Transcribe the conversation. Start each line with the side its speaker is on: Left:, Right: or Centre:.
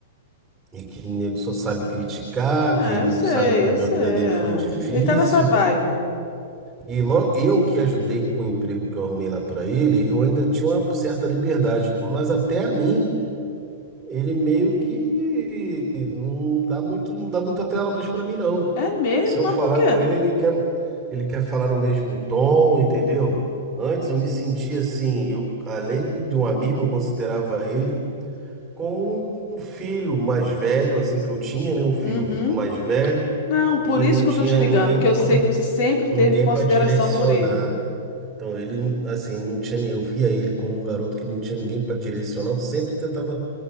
Centre: E que o nego só sabe criticar,
Left: Ah,
Centre: que ele
Left: eu
Centre: não
Left: sei,
Centre: sabe como
Left: eu sei.
Centre: a vida
Left: é.
Centre: dele foi difícil.
Left: Ele tá nessa vibe.
Centre: E logo eu que ajudei com o emprego que eu arrumei lá para ele, eu ainda tinha uma certa liberdade, mas até a mim ele meio que não dá muito, não dá muita trela mais para mim não.
Left: É mesmo?
Centre: Se eu
Left: Mas
Centre: falar
Left: por quê?
Centre: com ele, ele quer ele quer falar no mesmo tom, entendeu? Antes eu me sentia assim, eu além de um amigo, eu considerava ele com um filho mais velho, assim que eu tinha, né? Um filho
Left: Uhum.
Centre: mais velho
Left: Não, por
Centre: que
Left: isso
Centre: não
Left: que
Centre: tinha
Left: eu tô te ligando,
Centre: ninguém,
Left: que eu sei que você sempre teve
Centre: ninguém
Left: consideração
Centre: para direcionar.
Left: por ele.
Centre: Então ele, não- assim, não tinha, nem- eu via ele como um garoto que não tinha ninguém para direcionar. Eu sempre tentava